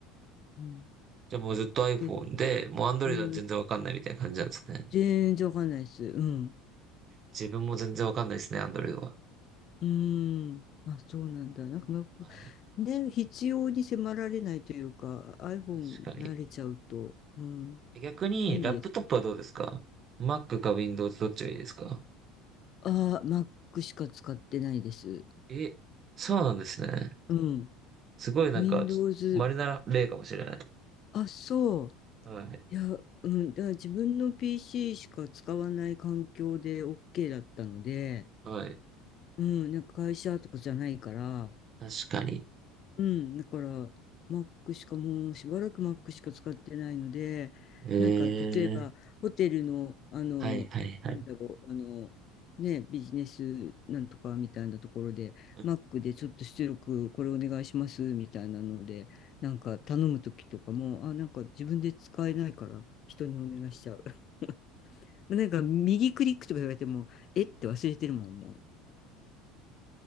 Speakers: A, on the left; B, on the right.
A: うん、
B: じゃあもうずっと
A: だけど、
B: iPhone
A: う
B: で、もう Android
A: ー
B: は全然わかんないみたいな感じなんですね。
A: 全然わかんないです。うん。
B: 自分も全然わかんないですね、Android は。
A: うん。あ、そうなんだ。なんか、まあね、
B: はい。
A: 必要に迫られないというか、iPhone
B: 確かに。
A: 慣れちゃうと、うん、
B: 逆に、
A: 便利です。
B: ラップトップはどうですか ?Mac か Windows どっちがいいですか
A: ああ、Mac しか使ってないです。
B: え、そうなんですね。
A: うん。
B: すごいなんか、
A: Windows。
B: 稀な例かもしれない。
A: あ、そう。
B: はい。
A: いや、うん。だから自分の PC しか使わない環境で OK だったので、
B: はい。
A: うん。なんか会社とかじゃないから、
B: 確かに。
A: うん、だから Mac しかもうしばらく Mac しか使ってないので、
B: ええ
A: なんか例えばホテルの、あの、
B: はいはいはい。
A: なんだろう、あの、ね、ビジネスなんとかみたいなところで、
B: 確
A: Mac でちょっと出力これお願いしますみたいなので、なんか頼むときとかも、あ、なんか自分で使えないから人にお願いしちゃう。<laughs> なんか右クリックとか言われても、えって忘れてるもん、も